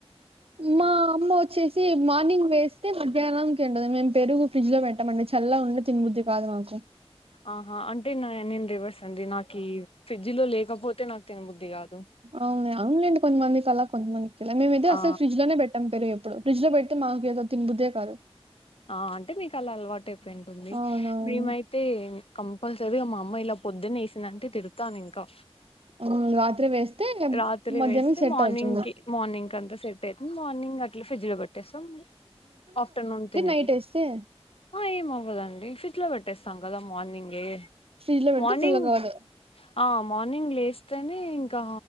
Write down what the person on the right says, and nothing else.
మా అమ్మ వొచ్చెస్ సి మార్నింగ్ వేస్తే మధ్యాహ్నాంకి ఉండది మేము పెరుగు ఫ్రిజ్ లో పెట్టమండి చల్లగుంటే తినబుద్ధి కాదు మాకు
అవునా అవునలేండి కొంతమందికి అలా కొంతమందికి ఇలా మేమైయితే
అసలు ఫ్రిజ్ లోనే పెట్టం పెరుగెప్ ఫ్రిజ్ లో పెడితే మాకేదో తినబుద్దే కాదు
అవునవును
ఊమ్ రాత్రి వేస్తే
మద్యానానికి
సెట్
అవుతుంది
ఎటెస్సే
ఫ్రిడ్జ్ లో పెడితే
పుల్లగా అవ్వదు